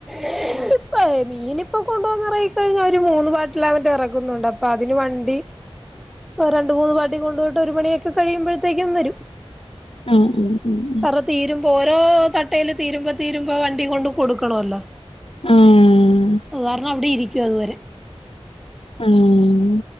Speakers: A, in the centre; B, on the left.
A: <inaudible> ഇപ്പ മീനിപ്പൊ കൊണ്ടുവന്നെറങ്ങിക്കഴിഞ്ഞാ ഒരു മൂന്ന് പാട്ടിൽ അവരെറക്കുന്നുണ്ട്. അപ്പൊ അതിന് വണ്ടി രണ്ടു മൂന്ന് പാട്ടി കൊണ്ടു പോയ്ട്ട് ഒരു മണിയൊക്കെ കഴിയുമ്പഴത്തേക്കും വരും
B: ഉം ഉം ഉം ഉം
A: കാരണം തീരുമ്പോ ഓരോ തട്ടേയില് തീരുമ്പോ തീരുമ്പോ വണ്ടി കൊണ്ട് കൊടുക്കണല്ലോ
B: ഉം
A: അത് കാരണം അവിടെ ഇരിക്കും അതുവരെ
B: ഉം ഉം